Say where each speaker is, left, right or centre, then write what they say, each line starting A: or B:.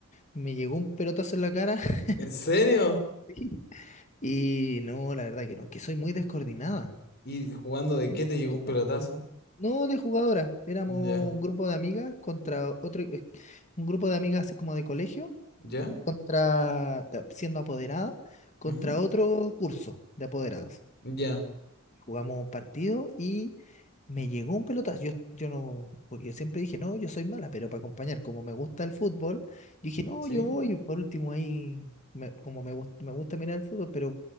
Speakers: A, on the left; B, on the left.
A: me llegó un pelotazo en la cara. <laughs>
B: ¿En serio?
A: Sí. Y no, la verdad que no, que soy muy descoordinada.
B: ¿Y jugando de
A: Muy,
B: qué te llegó
A: muy descoordinada.
B: un pelotazo?
A: No de jugadora, éramos
B: Ya,
A: un grupo de amigas contra otro, eh, un grupo de amigas así como de colegio
B: ya,
A: contra, ta- siendo apoderada, contra
B: ujú,
A: otro curso de apoderadas.
B: ya,
A: Jugamos un partido y me llegó un pelotazo. Yo, yo no, porque yo siempre dije, no, yo soy mala, pero para acompañar, como me gusta el fútbol, yo dije, no,
B: ¿sí?
A: yo voy. Por último, ahí, me- como me, gust- me gusta mirar el fútbol, pero